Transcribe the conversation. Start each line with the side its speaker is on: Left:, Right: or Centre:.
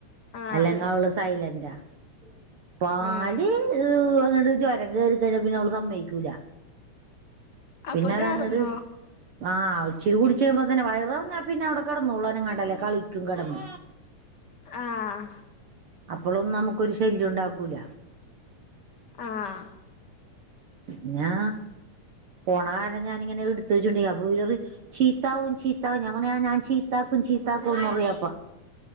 Left: ആഹ്
Right: അല്ലെങ്കിൽ അവള് സൈലന്റാ അപ്പ പാല്
Left: ആഹ്
Right: ഏ ചവരം കേറി കഴിഞ്ഞ പിന്നെ അവള് സമ്മയിക്കൂല പിന്നെ
Left: അപ്പൊഞാ
Right: അതങ്ങട്
Left: ഉറങ്ങോ
Right: ആഹ് ഇച്ചിരി കുടിച്ച് കഴുമ്പോ തന്നെ വയറ് നിറഞ്ഞാ പിന്നെ അവിടെ കടന്നുള്ളനും കണ്ടല്ലേ കളി ിക്കും കിടന്നു
Left: ആഹ്
Right: അപ്പോഴൊന്നും നമുക്കൊരു ശല്യം ഉണ്ടാക്കൂല
Left: ആഹ്
Right: പിന്നാ പോണ കാലം ഞാനിങ്ങനെ എടുത്ത് വെച്ചിണ്ട് അപ്പൊ ഇവർ ചീത്താവും ചീത്താവും ഞാൻ പറയാ ഞാൻ ചീത്താക്കും ചീത്താക്കുംന്ന് പറയും അപ്പ